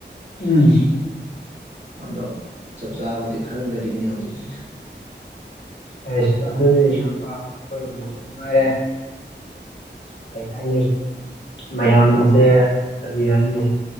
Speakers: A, on the left; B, on the right.
A: ꯎꯝ
B: ꯑꯗꯣ ꯆꯞ ꯆꯥꯕꯗꯤ ꯈꯪꯗꯔꯤꯅꯦ ꯍꯧꯖꯤꯛꯁꯤ
A: ꯑꯩꯁ ꯑꯗꯨꯅꯤ ꯏꯌꯥꯝꯕ ꯈꯣꯏꯔꯣꯝꯗꯖꯨ ꯃꯉꯥꯏꯔꯦ ꯀꯩ ꯍꯥꯏꯅꯤ ꯃꯌꯥꯝꯖꯦ ꯀꯔꯤ ꯍꯥꯏꯅꯤ